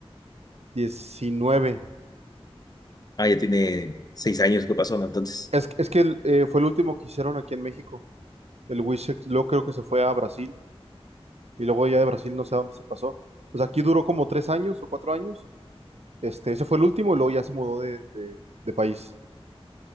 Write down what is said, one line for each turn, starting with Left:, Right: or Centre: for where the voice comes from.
Right: diecinueve
Left: Ah, ya tiene seis años que pasó, ¿no? Entonces,
Right: Es, es que eh, fue el último que hicieron aquí en México. El Wisex, luego creo que se fue a Brasil y luego ya de Brasil no sé a dónde se pasó. Pues aquí duró como tres años o cuatro años. Este, ese fue el último y luego ya se mudó de, de- de país.